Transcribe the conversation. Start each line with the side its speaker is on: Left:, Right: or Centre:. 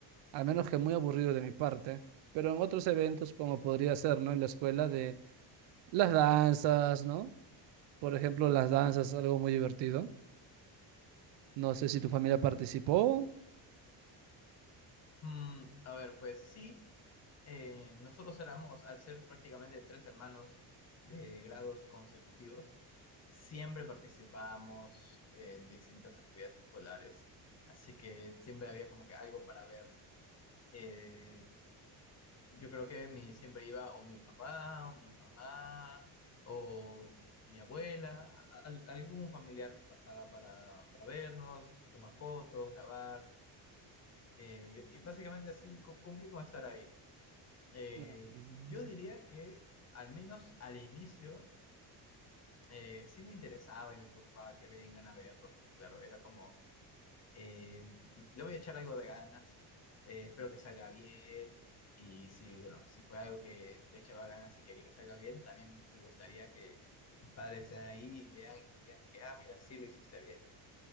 Right: al menos que muy aburrido de mi parte, pero en otros eventos, como podría ser, ¿no? En la escuela de las danzas, ¿no? Por ejemplo, las danzas es algo muy divertido. No sé si tu familia participó.
Left: Mm, a ver, pues sí, eh, nosotros éramos, al ser prácticamente tres hermanos de grados consecutivos, siempre participábamos en distintas actividades escolares, así que siempre había como que algo para ver. Eh, yo creo que mi, siempre iba o mi papá, o mi mamá, o mi abuela, a- al- algún familiar pasaba para, para vernos, tomar fotos, grabar, eh, y y básicamente así, cu- cumplir con estar ahí. Eh,
Right: Mm,
Left: yo diría que al menos al inicio eh, sí me interesaba y me preocupaba que vengan a verlo, porque claro, era como, eh, le voy a echar algo de ganas, eh, espero que salga bien, y si, bueno, si fue algo que le echaba ganas y quería que salga bien, también me gustaría que mis padres estén ahí y vean y me digan de que, ah, mira, sí lo hiciste bien.